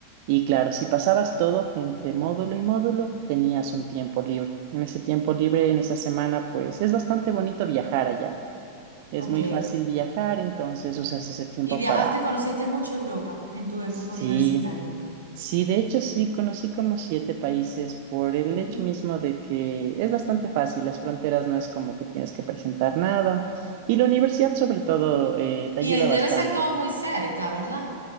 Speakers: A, on the right; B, on the right.
A: Y claro, si pasabas todo entre módulo y módulo, tenías un tiempo libre. En ese tiempo libre, en esa semana, pues es bastante bonito viajar allá. Es
B: Ok.
A: muy fácil viajar, entonces usas ese tiempo
B: ¿Y viajaste,
A: para,
B: conociste mucho Europa en tu época
A: sí,
B: universitaria?
A: Sí, de hecho sí, conocí como siete países por el
B: Mm.
A: hecho mismo de que es bastante fácil, las fronteras no es como que tienes que presentar nada y la universidad sobre todo eh, te
B: Y
A: ayuda
B: eh,
A: bastante.
B: debe ser todo muy cerca, ¿verdad?